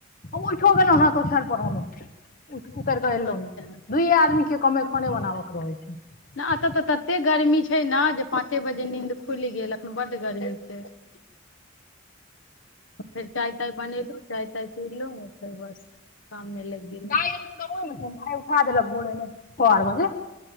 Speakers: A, on the left; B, on the left.
A: हम ओहिठओ गेलहुँ ह तो औछानि पर रहलो उतरि कऽ एलहु
B: अच्छा
A: ने दुयए आदमी के कमे खाने बनाबके रहै छै
B: नहि एतऽ तऽ तते गर्मी छै ने जे पाँचे बजे नीद खुलि गेल एखन बड्ड गर्मी छै फेर चाय ताय बनेलू चाय ताय पी लू तऽ बस काममे लागि गेलहुँ
A: दाय एखन गाउँऐ मे छै दाय उठा देलक भोरमे छ आर बजे